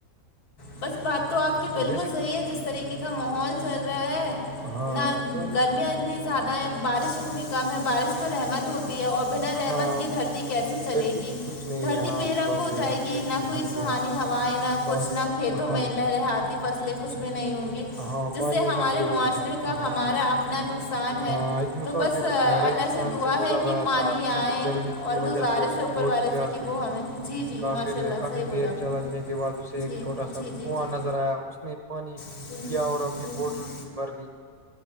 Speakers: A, on the left; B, on the right.
A: بس بات تو آپ کی بالکل
B: جیسے کہ
A: صحیح ہے جس طریقے کا ماحول چل رہا ہے
B: ہاں
A: نہ
B: پانی
A: گرمیاں اتنی زیادہ ہیں بارش اتنی کم ہے بارش تو رحمت ہوتی ہے اور بنا رحمت
B: ہاں
A: یہ دھرتی کیسے چلے
B: ادھر کی
A: گی
B: کچھ نہیں
A: دھرتی
B: ہے ہاں
A: بے
B: آپ
A: رنگ
B: کی بات
A: ہو
B: صحیح
A: جائے
B: ہے ادھر
A: گی
B: کی
A: نف کوئی
B: ہاں
A: سہانی
B: جی ہاں جی
A: ہوائیں نہ
B: پانی
A: کچھ نہ کھیتوں
B: ہاں
A: میں لہریاتیی
B: جی
A: فصلیں کچھ بھی نہیں ہوں گی
B: ہاں
A: جس
B: پانی
A: سے
B: انسان
A: ہمارے
B: کے لیے
A: معاشرے
B: ضروری ہے
A: کا
B: ہاں
A: ہمارا اپنا نقصان ہے
B: ہاں ایک مسافر
A: تو بس اللہ
B: ریگستان
A: سے سے دعا
B: گزر
A: ہے کہ
B: رہا
A: پانی
B: تھا
A: آئے
B: سخت گرمی کی
A: اور
B: وجہ
A: گزارے
B: اسے
A: سے اوپر
B: بہت
A: والے
B: پیاس
A: سے کہ
B: لگی
A: وہ ہمیں جی جی
B: کافی
A: ماشاء اللہ
B: کافی
A: صحیح بولا
B: دیر
A: آپ
B: چلنے
A: نے
B: کے بعد اسے ایک
A: جی
B: چھوٹا سا
A: جی جی
B: کنواں
A: جی
B: نظر آیا اس نے پانی
A: جی
B: پیا اور اپنی
A: جی
B: بوٹل
A: جی
B: بھی بھر لی